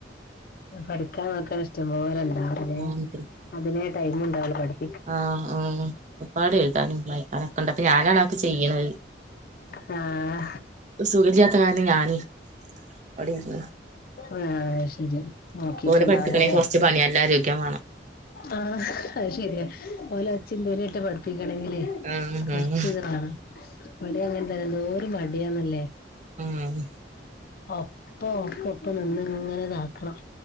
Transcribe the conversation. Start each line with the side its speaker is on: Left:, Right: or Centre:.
Left: പഠിക്കാൻ നോക്കാണ ഇഷ്ടം പോലണ്ടാവും. അതെ
Right: മോൻണ്ട്
Left: അതിനെ ടൈമ്ണ്ടാവുള്ളു ഇബടിം.
Right: ആഹ് ഉം ഒരുപാട് എഴുതാനും വായിക്കാനൊക്കെണ്ട് അപ്പൊ ഞാനാണതൊക്കെ ചെയ്യ്ണത്.
Left: ആഹ്.
Right: ഇപ്പ സുഖല്ലാത്ത കാരണം ഞാനുര് അവിടെര്ന്ന്.
Left: ആ അഹ് ശെരി. നോക്കിട്ട്ണ്ടാവൂലല്ലേ
Right: ഓലെ പഠിപ്പിക്കണെ കൊറച്ച് പണി നല്ല ആരോഗ്യം വേണം
Left: ആഹ്. അഹ് ശെരിയാ ഓലെ ഒച്ചിം വിളിട്ട് പഠിപ്പിക്കണെങ്കിലേ.
Right: ആഹ്
Left: കൊർച്ച്
Right: ആഹ്
Left: ഇത് വാണം ഇവടീം അങ്ങൻതന്നെ എന്തോര് മടിയാന്നല്ലേ.
Right: ഉം.
Left: ഒപ്പ ഒക്കെ ഒപ്പ നിന്ന്ങ്ങനെ ഇതാക്കണം.